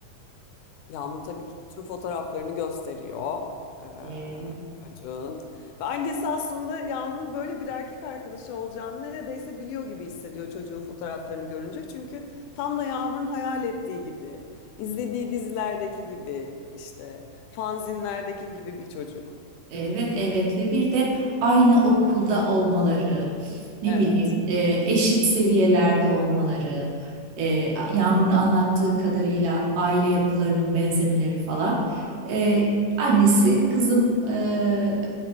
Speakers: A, on the left (about 80°); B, on the right (about 85°).
A: Yağmur tabii ki bütün fotoğraflarını gösteriyor eee,
B: E,
A: çocuğun. Ve annesi aslında Yağmur'un böyle bir erkek arkadaşı olacağını neredeyse biliyor gibi hissediyor çocuğun fotoğraflarını görünce. Çünkü tam da Yağmur'un hayal ettiği gibi, izlediği dizilerdeki gibi, işte fanzinlerdeki gibi bir çocuk.
B: Evet, evet ve bir de aynı okulda olmaları, ne
A: Evet,
B: bileyim e, eşit seviyelerde olmaları, e, Yağmur'un anlattığı kadarıyla aile yapılarının benzemeleri falan. E, annesi kızım e,